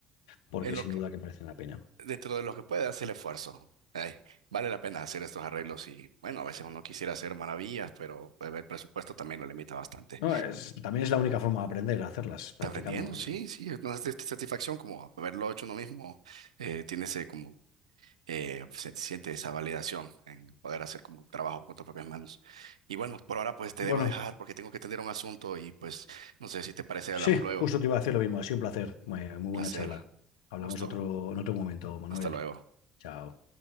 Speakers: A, on the left; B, on the right.
A: porque
B: En lo
A: sin
B: que,
A: duda que merecen la pena.
B: dentro de lo que puede hacer el esfuerzo. Ay, vale la pena hacer estos arreglos y bueno, a veces uno quisiera hacer maravillas, pero pues, el presupuesto también lo limita bastante.
A: No, es, también es la única forma de aprender, hacerlas
B: Está
A: practicando.
B: aprendiendo,
A: y,
B: sí,
A: eh,
B: sí, es una sat- satisfacción como haberlo hecho uno mismo, eh, tiene ese como, eh, se siente esa validación en poder hacer como trabajo con tus propias manos. Y bueno, por ahora pues te
A: Bueno,
B: debo dejar porque tengo que atender un asunto y pues no sé si te parece,
A: Sí,
B: hablamos luego.
A: justo te iba a decir lo mismo. Ha sido un placer. Muy, muy buena
B: Placer,
A: charla. Hablamos
B: gusto,
A: otro, en otro momento, Manuel.
B: hasta luego.
A: Chao.